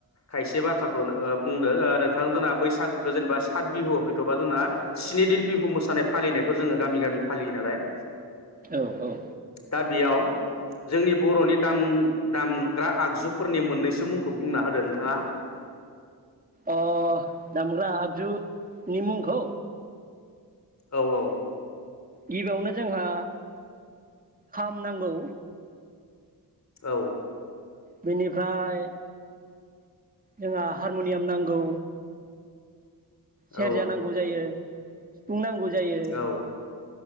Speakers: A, on the left; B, on the right.
A: खायसे बाथ्राखौ नो ओ बुंदों ओ नोंथाङाबो जोंना बैसागोखौ जेनेबा सात बिहु हयथ'बा जोंना स्नि दिन बिहु मोसानाय फालिनायखौ जोङो गामि गामि फालियो नालाय।
B: औ औ।
A: दा बेयाव जोंनि बर'नि दाम दामग्रा आगजुफोरनि मोननैसो मुं खौ बुंना होदो नोंथाङा।
B: अ दामग्रा आगजु निमुंखौ?
A: औ औ।
B: गिबियावनो जोंहा खाम नांगौ।
A: औ।
B: बेनिफ्राय जोंहा हारमुनियाम नांगौ।
A: औ
B: सेरजा नांगौ जायो। सिफुं नांगौ। जायो।
A: औ